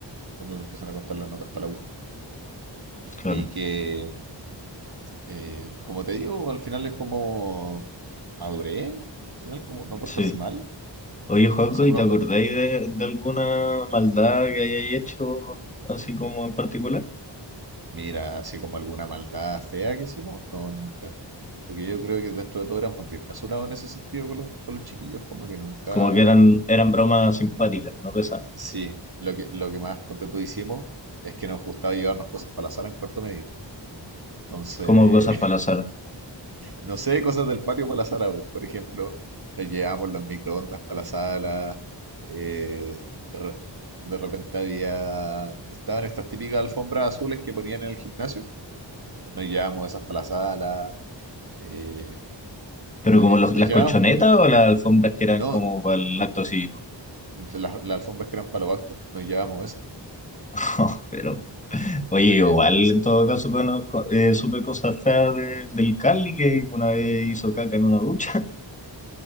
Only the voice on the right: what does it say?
donde empiezan a contar las notas para la U.
Y que, eh, como te digo, al final es como madurez, al final como no portarse
mal.
O sea, uno
pues,
mira, así como alguna maldad fea que hicimos, no, nunca. Porque yo creo que dentro de todo éramos bien mesurados en ese sentido con los, con los chiquillos, como que nunca...
Sí, lo que, lo que más, ponte tú, hicimos es que nos gustaba llevarnos cosas para la sala en cuarto medio. Entonces...
No sé, cosas del patio para la sala. pues. Por ejemplo, nos llevamos los microondas para la sala. eh, de, re- de repente había... Estaban estas típicas alfombras azules que ponían en el gimnasio. Nos llevamos esas para la sala. eh,
nos,
lle-
nos
llevamos...
No,
las, las alfombras que eran para los actos. Nos llevamos esas.
Nos
llevamos
esas.